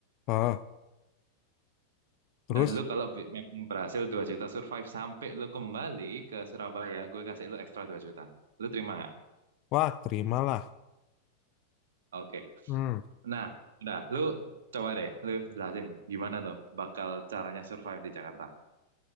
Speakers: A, on the left; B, on the right.
A: Ah, terus,
B: Dan lu kalau bi- memang berhasil 2 juta survive sampai lu kembali ke Surabaya, gue kasih lu ekstra 2 juta. Lu terima nggak?
A: wah, terimalah.
B: Oke.
A: Hmm.
B: Nah, udah, lu coba deh, lu jelasin gimana tuh bakal caranya survive di Jakarta.